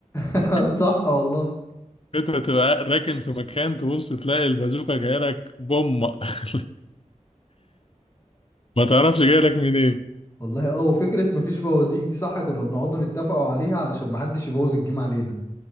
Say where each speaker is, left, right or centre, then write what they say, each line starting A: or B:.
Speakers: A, on the left; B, on the left.
A: <laughs>
B: <laughs>
A: صح والله
B: انت تبقى راكن في مكان تبص تلاقي البازوكا جايه لك بوم <laughs> ما تعرفش جايه لك منين
A: والله اه وفكرة مفيش بوازيك دي صح كنا بنقعدوا نتفقوا عليها علشان محدش يبوظ الجيم علينا